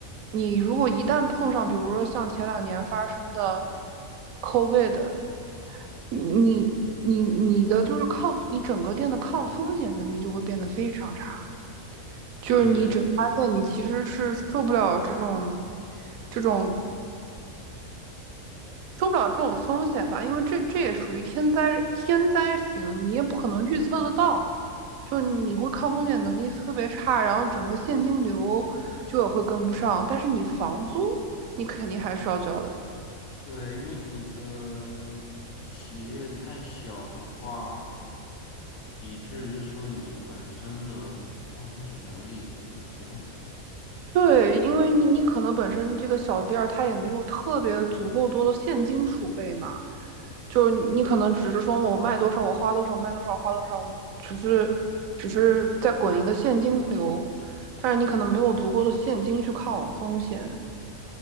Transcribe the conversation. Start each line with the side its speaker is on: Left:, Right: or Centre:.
Right: 你如果一旦碰上，比如说像前两年发生的 COVID，你你你你的就是抗，你整个店的抗风险能力就会变得非常差。就是你整家店，
Left: 对
Right: 你其实是受不了这种，这种受不了这种风险吧，因为这这也属于天灾天灾型，你也不可能预测得到，就你会抗风险能力特别差，然后整个现金流就也会跟不上，但是你房租你肯定还是要交的。
Left: 对，因为你的企业太小的话，以至于说你本身的抗风险能力可能不会很好。
Right: 对，因为你你可能本身这个小店儿它也没有特别足够多的现金储备嘛，就是你你可能只是说我卖多少我花多少卖多少花多少，只是只是在滚一个现金流，但是你可能没有足够的现金去抗风险。